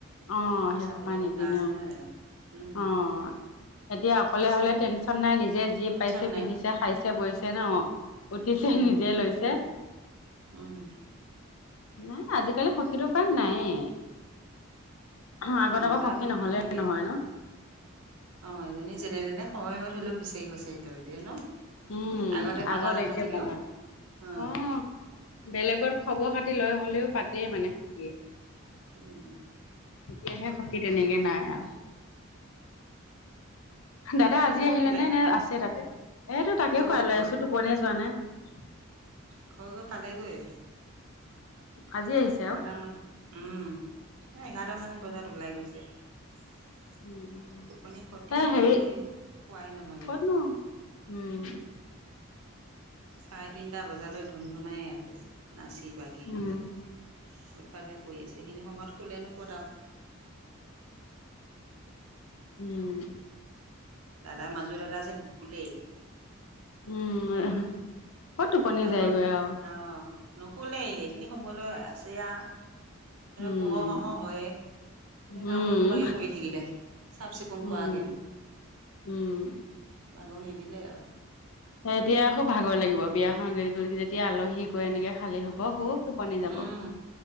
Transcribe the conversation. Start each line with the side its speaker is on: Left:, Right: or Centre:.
Left: অ
Right: খৰচা
Left: সেই হুপা
Right: পাতি
Left: নিতি
Right: কথা
Left: নিয়ম
Right: আছে নহয় জানো উম
Left: অ এতিয়া অকলে
Right: আছে
Left: হলে
Right: আকৌ
Left: টেনচন নাই নিজে যি
Right: টেনচন
Left: পাইছে
Right: নাই
Left: পিন্ধিছে খাইছে বৈছে ন। উঠিছে
Right: উম
Left: নিজে লৈছে।
Right: উম।
Left: নাই আজিকালি সখীটো প্ৰায় নায়ে। অ আগতে
Right: অঁ
Left: আকৌ
Right: প্ৰায়বোৰো
Left: সখী নহলে
Right: নাথাকে
Left: নহয় ন।
Right: অঁ এজনী যেনে তেনে সময়ত হলেও বিচাৰি গৈছে <unintelligible> ত দিয়ে ন
Left: উম
Right: আগতে পাতা
Left: আগত
Right: নাথাকিলেও
Left: একে বা
Right: অঁ
Left: উম বেলেগত খবৰ খাতি লৈ হলেও পাতেই মানে সখীয়ে
Right: উম।
Left: এতিয়াহে সখী তেনেকে নাই আৰু দাদা
Right: টিকলাটো
Left: আজি আহিলে
Right: শুলে
Left: নে নে আছে তাতে। এইটো তাকে
Right: গ'ল
Left: খুৱাই লৈ
Right: গৈ
Left: আছো টোপনিয়ে যোৱা নাই।
Right: ঘৰ ঘৰ পালেগৈ
Left: আজি আহিছে
Right: এঘাৰটা
Left: আৰু
Right: মান উম। এঘাৰটা মান বজাত ওলাই গৈছে। টোপনি
Left: উম
Right: খতি
Left: এ হেৰি
Right: ৰাতি শুৱাই নহ'লে
Left: ক'তনো উম
Right: চাৰে তিনিটা বজালৈ ধুমধুমাই আছে নাচি বাগি
Left: উম
Right: হেঁতে উৎপাদে কৰি আছে সেইখিনি সময়ত শুলে নো কত আও
Left: উম
Right: দাদা মাজো দাদা যে নুশুলেই।
Left: উম ক'ত টোপনি
Right: বাগৰ
Left: যায়গৈ আৰু।
Right: অঁ নুশুলেই সেইখিনি সময়লৈ আছে আ
Left: উম
Right: পোহৰ হওঁ হওঁ হয়ে এই কাম
Left: উম
Right: বন থোপাকে কৰি থাকিলে চাফ চিকুণ
Left: উম
Right: কৰাকে
Left: উম।
Right: বাগৰ নিদিলে আৰু।
Left: এতিয়া খুব ভাগৰ লাগিব বিয়াখন যেতিয়া আলহী গৈ এনেকে খালী হব খুব টোপনি যাব,
Right: উম